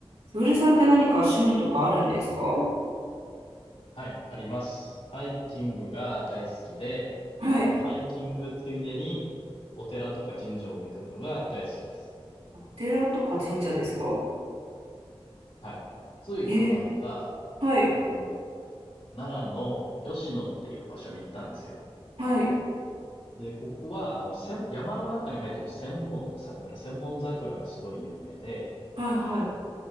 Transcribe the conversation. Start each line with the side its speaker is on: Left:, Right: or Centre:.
Right: つぶるさんって何か趣味とかあるんですか
Left: はい、あります。ハイキングが大好きで、
Right: はい。
Left: そのハイキングついでにお寺とか神社を巡るのが大好きです。
Right: お寺とか神社ですか
Left: はい。ついこの間、
Right: え、はい、
Left: あの、奈良の吉野っていう場所に行ったんですよ。
Right: はい、
Left: で、ここは、あの、千山の中に生えてる千本の桜、千本桜がすごい有名で、
Right: はい、は